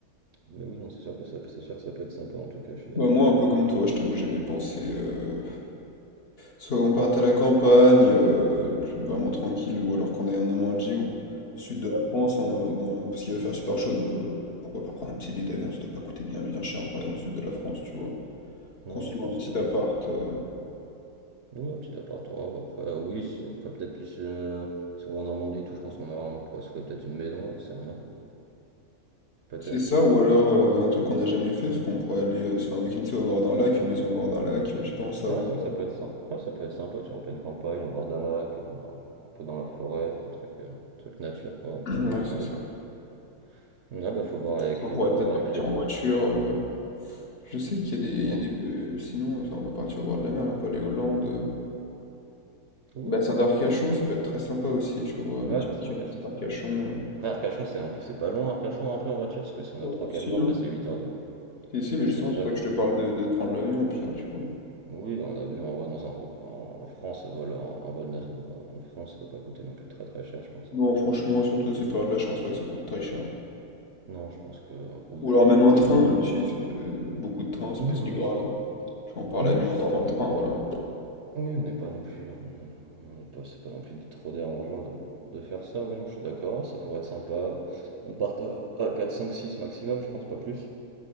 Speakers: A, on the right; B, on the left.
A: mais oui, non, c'est sûr que ça, c'est sûr que ça peut être sympa, en tout cas, je suis d'accord.
B: Bah, moi, un peu comme toi, je t'avoue, j'avais pensé, euh, soit on parte à la campagne, euh, plus vraiment tranquille, ou alors qu'on aille en Normandie ou au sud de la France, hein, dans la- parce qu'il va faire super chaud, donc euh, pourquoi pas prendre un petit billet d'avion, ça doit pas coûter bien, bien cher pour aller dans le sud de la France, tu vois.
A: Non,
B: Construire
A: je pense
B: un petit
A: que oui.
B: appart. euh,
A: Oui, un petit appart en robe, après, euh, oui, si- après peut-être plus euh, si on va en Normandie et tout, je pense qu'on aura- on pourrait se louer peut-être une maison, j'en sais rien. Peut-être.
B: C'est ça,
A: euh,
B: ou alors
A: je-
B: euh, un truc qu'on n'a jamais fait, c'est qu'on pourrait aller euh, se faire un week-end tu sais, au bord d'un lac, une maison au bord d'un lac, euh, je sais pas, en Savoie.
A: Ouais, c'est
B: <clears throat>
A: vrai que ça peut être sympa. Ouais, ça peut être sympa, tu vois, en pleine campagne, au bord d'un lac, dans un peu dans la forêt, enfin un truc, euh, truc nature, quoi, pour
B: Ouais,
A: histoire
B: c'est
A: de
B: ça.
A: profiter. Ouais, bah faut voir avec,
B: On
A: euh,
B: pourrait
A: faut
B: peut-être
A: voir
B: partir
A: avec les
B: en voiture.
A: autres.
B: euh, Je sais qu'il y a des. il
A: Ouais.
B: y a des... euh, Sinon, enfin, on peut partir au bord de la mer, là, on peut aller aux Landes. euh,
A: Oui,
B: Bassin
A: non.
B: d'Arcachon, ça peut être très sympa aussi, tu vois.
A: Ouais,
B: Un petit
A: bah
B: week-end
A: c'est dans Arcachon,
B: au bassin
A: c'est
B: d'Arcachon.
A: pas grave. Après, Arcachon, c'est un peu, c'est pas loin, Arcachon, un peu en voiture, parce que si on
B: euh.
A: a
B: Ouais,
A: trois, quatre
B: si,
A: jours,
B: hein.
A: passer 8 heures de...
B: Si, si, mais
A: Passer
B: justement,
A: ça,
B: c'est pour
A: faut
B: ça que je te parle de, de prendre l'avion au pire, tu vois.
A: Oui, un avion en vrai dans un- en France, un vol, un vol na- en France, ça doit pas coûter non plus très très cher, je pense.
B: Non,
A: hein.
B: franchement, surtout à ces périodes-là, je pense pas que ça coûte très cher.
A: Non, je pense que oui,
B: Ou
A: je
B: alors
A: pense
B: même
A: qu'on devrait
B: un train,
A: s'en sortir.
B: même si c'est- c'est- beaucoup de trains, c'est
A: Oui,
B: pas si
A: voilà,
B: grave.
A: histoire. de-
B: hein. Tu vois, on part la
A: Oui,
B: nuit,
A: juste
B: on dort
A: histoire
B: dans le
A: de.
B: train, voilà.
A: Oui, on n'est pas non plus, on on n'est pas, c'est pas non plus trop dérangeant de, de faire ça. Oui, non, je suis d'accord, ça pourrait être sympa. On part à, à 4, 5, 6 maximum, je pense pas plus.